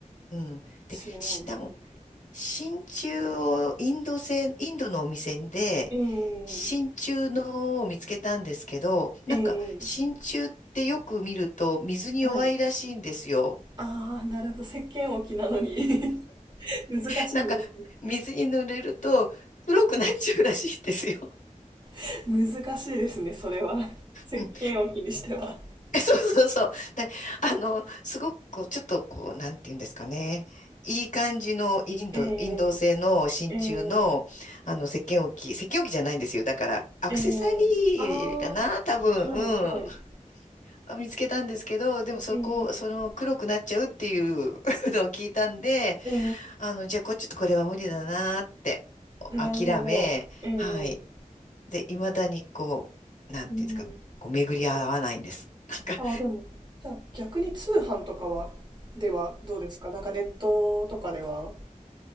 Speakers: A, on the left (about 65°); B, on the right (about 35°).
A: うん。
B: しれないですね。
A: で、し、だも、真鍮をインド製、インドのお店で、
B: え
A: 真鍮のを見つけたんですけど、なんか真鍮ってよく見ると水に弱いらしいんですよ。
B: えええはい。ああ、なるほど。石鹸置きなのに <laughs> 難しいですね。
A: なんか水に濡れると黒くなっちゃうらしいんですよ。
B: <laughs> 難しいですね、それは。石鹸置きにしては。
A: うん
B: <laughs>
A: <laughs> そうそうそう。で、あの、すごくこう、ちょっとこう、なんていうんですかね。いい感じのインド、
B: え
A: インド製の真鍮の、
B: えええ
A: あの、石鹸置き、石鹸置きじゃないんですよ。だから、アクセサリーかな、
B: ええああー、
A: 多分、
B: はいはい。
A: うん。あ見つけたんですけど、でもそこ、
B: ええ
A: その、黒くなっちゃうっていう <laughs> のを聞いたんで、
B: ええ
A: あの、じゃあ、こっちょっとこれは無理だなって、
B: なるほど。
A: 諦め、
B: ええ
A: はい。で、未だにこう、なんていうんですか、
B: うん。
A: こう、巡り合わないんです。なんか
B: ああ、でも、じゃあ逆に通販とかは、ではどうですかなんかネットとかでは。